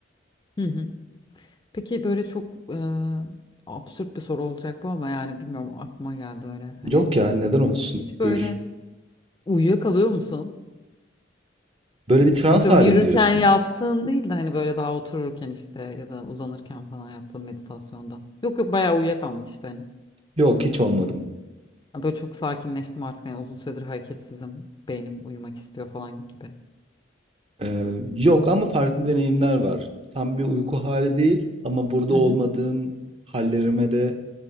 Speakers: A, on the left; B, on the right.
A: Hı hı. Peki böyle çok eee, absürt bir soru olacak bu ama yani bilmiyorum aklıma geldi öyle. Hani
B: Yok ya neden olsun?
A: hiç böyle
B: Buyur.
A: uyuyakalıyor musun?
B: Böyle bir trans
A: Atıyorum
B: halim
A: yürürken
B: diyorsun.
A: yaptığın değil de hani böyle daha otururken işte ya da uzanırken falan yaptığın meditasyonda. Yok yok bayağı uyuyakalmak işte hani.
B: Yok hiç olmadım.
A: Yani Böyle çok sakinleştim artık hani uzun süredir hareketsizim. Beynim uyumak istiyor falan gibi.
B: Ee, yok ama farklı deneyimler var. Tam bir uyku hali değil ama burada
A: Hı
B: olmadığım
A: hı.
B: hallerime de